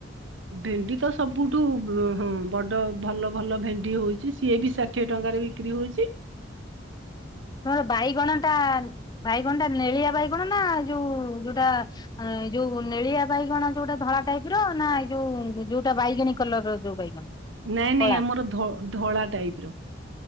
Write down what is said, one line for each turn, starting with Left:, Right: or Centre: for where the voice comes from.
Right: ଭେଣ୍ଡି ତ ସବୁ ଠୁ ହଁ ବଡ଼ ଭଲ ଭଲ ଭେଣ୍ଡି ହୋଉଚି, ସିଏ ବି ଷାଠିଏ ଟଙ୍କାରେ ବିକ୍ରି ହୋଉଚି। <unintelligible>
Left: ତମର ବାଇଗଣଟା ବାଇଗଣଟା ନେଳିଆ ବାଇଗଣ ନାଁ ଯୋଉ ଯୋଉଟା ହଁ ଏ ଯୋଉ ନେଳିଆ ବାଇଗଣ ଯୋଉଟା ଧଳା ଟାଇପ୍ ର ନାଁ ଏଇ ଯୋଉ ଯୋଉଟା ବାଇଗିଣୀ କଲର୍ ର ଯୋଉ ବାଇଗଣ?
Right: ନାଇଁ
Left: କଳା
Right: ନାଇଁ ଆମର ଧ ଧଳା ଟାଇପ୍ ର।